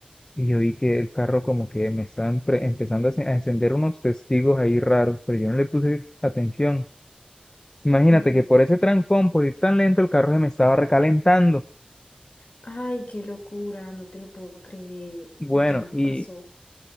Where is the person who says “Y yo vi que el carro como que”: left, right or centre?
Left